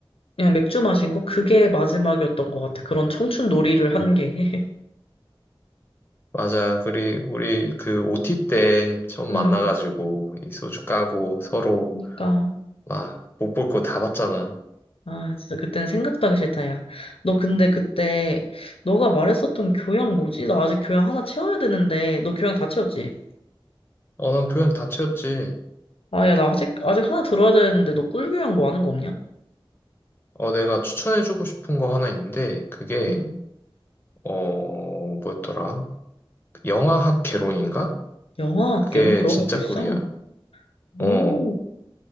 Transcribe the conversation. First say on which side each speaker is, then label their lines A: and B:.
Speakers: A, on the left; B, on the left.
A: 그냥 맥주 마신 거? 그게 마지막이었던 것 같아. 그런 청춘 놀이를 한 게.
B: 맞아. 우리, 우리 그 OT 때
A: <laughs>
B: 처음
A: 응,
B: 만나가지고 이 소주 까고 서로
A: 그니까.
B: 막 못 볼 거 다 봤잖아.
A: 아, 진짜 그때는 생각도 하기 싫다, 야. 너 근데 그때, 너가 말했었던 교양 뭐지? 나 아직 교양 하나 채워야 되는데, 너 교양 다 채웠지?
B: 어, 난 교양 다 채웠지.
A: 아, 야, 나 아직, 아직 하나 들어야 되는데, 너 꿀교양 뭐 하는 거 없냐?
B: 어, 내가 추천해주고 싶은 거 하나 있는데, 그게,
A: 응.
B: 어, 뭐였더라? 영화학 개론인가?
A: 영화학,
B: 그게
A: 이런 그런
B: 진짜
A: 것도 있어?
B: 꿀이야.
A: 오,
B: 어,